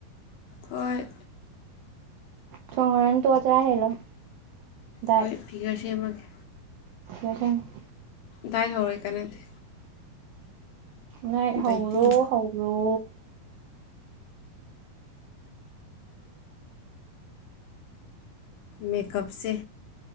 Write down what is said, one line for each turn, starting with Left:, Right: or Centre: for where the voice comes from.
Left: ꯍꯣꯏ
Right: ꯊꯣꯡꯉꯨꯔꯅꯨ ꯇꯣꯛꯑꯣ ꯆꯔꯥ ꯍꯦꯜꯂꯣ ꯗꯥꯏꯠ
Left: ꯍꯣꯏ ꯐꯤꯒꯔ ꯁꯦꯝꯃꯒꯦ
Right: <unintelligible>
Left: ꯗꯥꯥꯏ ꯍꯧꯔꯦ ꯀꯥꯅꯗꯦ
Right: ꯉꯥꯏꯠ ꯍꯧꯔꯣ
Left: ꯗꯥꯏꯇꯤꯡ
Right: ꯍꯧꯔꯣ
Left: ꯃꯦꯀꯞꯁꯦ